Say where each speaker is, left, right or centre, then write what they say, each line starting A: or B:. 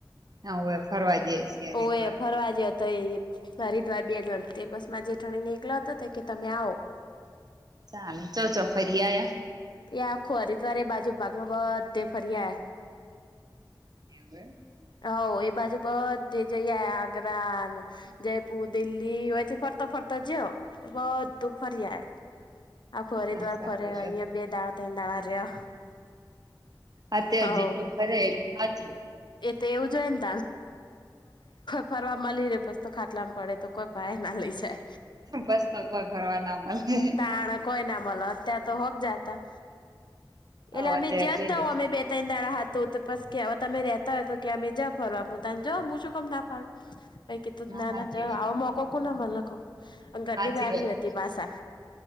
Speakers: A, on the right (about 55°); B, on the left (about 65°).
A: હા હવે ફરવા ગ્યાસી હરિદ્વાર
B: ઓવે ફરવા જયો હરિદ્વાર બે જણ તે બસ માં જેઠણીને એકલા તા કે તમે આવો
A: ચાલે ચો ચો ફરી આયા
B: એ આખો હરિદ્વારે એ બાજુ પાકમાં બધે ફર્યા
A: એવું હે
B: હોવ એ બાજુ બધી જઈ આગ્રાન જયપુર દિલ્હીથી ફરત ફર તો જયો બધું ફર્યા આખું હરિદ્વાર
A: ના સારું
B: ફર્યા
A: લ્યો
B: અહિયાં બે દાડા ત્રણ દાડા રહ્યા
A: અત્યાર
B: હવ
A: જેટલું ફરે એટલું હાચુ
B: એ તો <unintelligible> ફરવા <unintelligible> ખાટલામાં પડે તો કોઈ ભાયના લઈ જાય
A: પસ તો કોઈ ફરવા ના મલે
B: તાણ કોય ના મલ અત્યાર તો હોક જાતા એટલે
A: હવ
B: અમે
A: અત્યારે
B: જ્યાતા
A: જઈએ
B: હો અમે બે તૈણ દા હતું તો પસ કેવા તમે રેતા હોય તો કે અમે જા ફરવા મુ તને જાઓ મુ શું કામ ના પાડુ પહી કીધું ના
A: હાચી
B: ના જા
A: વાત
B: આવો મોકો કોને મલે કો અને ઘરની
A: હાચી
B: ગાડી
A: વાત
B: હતી પાસા